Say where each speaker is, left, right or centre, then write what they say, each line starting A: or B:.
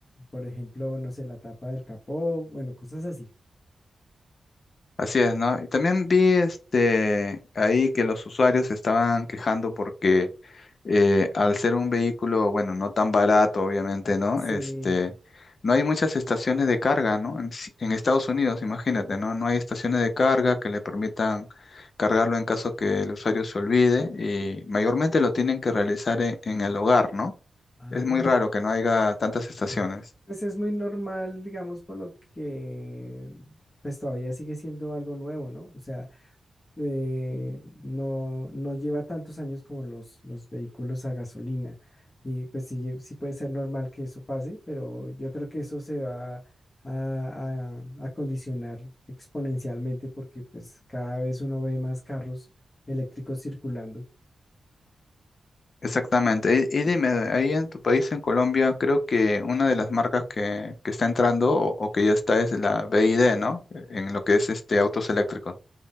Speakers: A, on the left; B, on the left.
A: por ejemplo, no sé, la tapa del capó, bueno, cosas así.
B: Así es, ¿no? Y también vi este ahí que los usuarios se estaban quejando porque eh, al ser un vehículo, bueno, no tan barato, obviamente, ¿no?
A: Sí.
B: Este, no hay muchas estaciones de carga, ¿no? En, s- en Estados Unidos, imagínate, ¿no? No hay estaciones de carga que le permitan cargarlo en caso que el usuario se olvide y mayormente lo tienen que realizar en en el hogar, ¿no?
A: Ah,
B: Es muy raro que no haya tantas estaciones.
A: <clears throat> pues es muy normal, digamos, por lo que pues todavía sigue siendo algo nuevo, ¿no? O sea, eh, no, no lleva tantos años como los, los vehículos a gasolina. Y pues sí, sí puede ser normal que eso pase, pero yo creo que eso se va a, a, a condicionar exponencialmente porque pues cada vez uno ve más carros eléctricos circulando.
B: Exactamente. Y, y dime, ahí en tu país, en Colombia, creo que una de las marcas que, que está entrando o, o que ya está es la BID, ¿no? En lo que es este autos eléctricos.